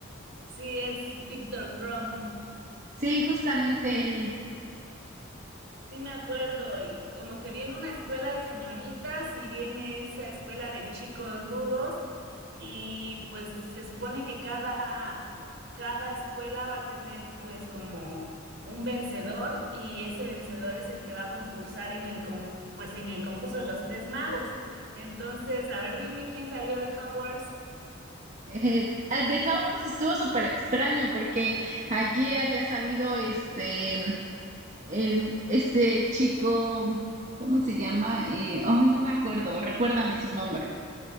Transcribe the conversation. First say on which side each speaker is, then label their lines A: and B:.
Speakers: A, on the right; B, on the right.
A: Sí, es Victor Crumb.
B: Sí, justamente él.
A: Sí, me acuerdo, y como que viene una escuela de señoritas y viene esa escuela de chicos rudos y pues se supone que cada, cada escuela va a tener pues como un vencedor y ese vencedor es el que va a concursar en el con, pues en el concurso de los tres magos. Entonces, a ver, dime quién salió de Hogwarts.
B: eh, el de Howard estuvo súper extraño porque aquí había salido este, el, este chico, ¿cómo se llama? Eh, ay, no me acuerdo, recuérdame su nombre.